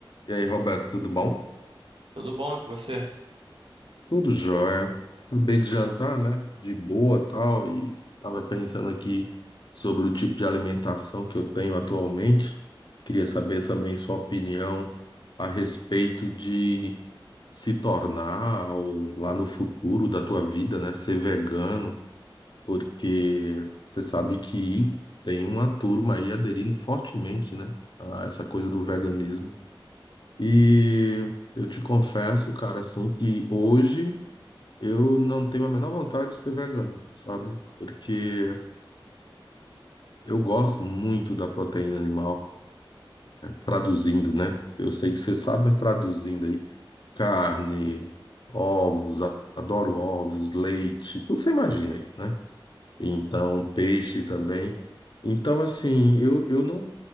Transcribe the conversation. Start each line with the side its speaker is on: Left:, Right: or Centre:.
Left: E aí, Roberto, tudo bom?
Right: Tudo bom e com você?
Left: Tudo jóia. Acabei de jantar, né? De boa, tal, e tava pensando aqui sobre o tipo de alimentação que eu tenho atualmente. Queria saber também sua opinião a respeito de se tornar ou, lá no futuro da tua vida, né, ser vegano, porque você sabe que tem uma turma aí aderindo fortemente, né, a essa coisa do veganismo. E eu te confesso, cara, assim, que hoje eu não tenho a menor vontade de ser vegano, sabe? Porque eu gosto muito da proteína animal, traduzindo, né? Eu sei que você sabe, mas traduzindo aí, carne, ovos, a- adoro ovos, leite, tudo você imagina aí, né? Então, peixe também. Então, assim, eu, eu não,